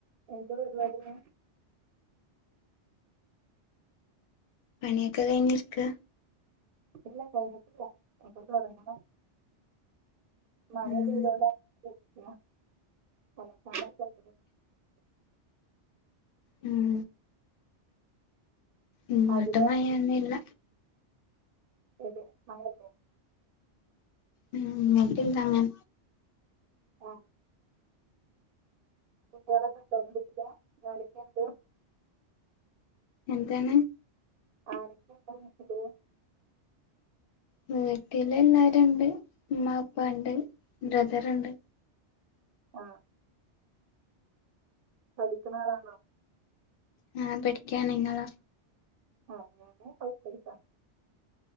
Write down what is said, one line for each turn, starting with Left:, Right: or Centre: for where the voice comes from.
Right: എന്താ പരിപാടീന്ന്
Left: പണിയൊക്കെ കഴിഞ്ഞിരിക്ക
Right: ഇല്ല കൈഞ്ഞിട്ടില്ല ഒക്കെ തുടങ്ങണം. മഴ
Left: ഉം
Right: പെയ്തോണ്ട് <unintelligible> അലക്കാനൊക്കെണ്ട്
Left: ഉം ഇങ്ങോട്ടു
Right: രാവിലെ
Left: മഴയൊന്നു ഇല്ല
Right: <unintelligible> മഴില്ലെ
Left: ഉം ന്നാ പിന്നെങ്ങനെ
Right: ആഹ് <unintelligible>
Left: എന്താണ്?
Right: ആരൊക്കെ ണ്ട് വീട്ടില്
Left: വീട്ടില് എല്ലരുണ്ട് ഉമ്മ പ്പാ ണ്ട് ബ്രദറുണ്ട്
Right: ആഹ് പഠിക്ക്ണാളാണോ
Left: ഞാ പഠിക്കാന് നിങ്ങളോ
Right: <unintelligible>